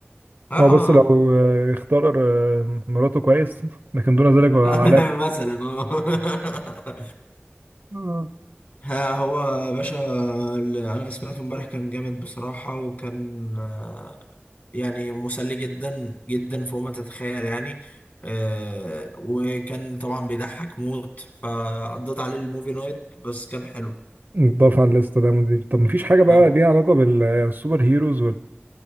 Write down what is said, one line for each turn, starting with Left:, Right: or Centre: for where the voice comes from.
Left: اه آه،
Right: اه بس لو
Left: آه.
Right: آه، اختار آه، مراته كويس لكن دون ذلك هو
Left: <laughs>
Right: علامة
Left: مثلا اه <laughs>
Right: آه.
Left: ها هو يا باشا اللي انا سمعته امبارح كان جامد بصراحة وكان آه، يعني مسلي جدا جدا فوق ما تتخيل يعني آه، وكان طبعا بيضحك موت فقضيت عليه الموفي نايت بس كان حلو
Right: نضاف على الليسته ده مدير طب مفيش حاجة بقى
Left: اه
Right: ليها علاقة بالسوبر هيروز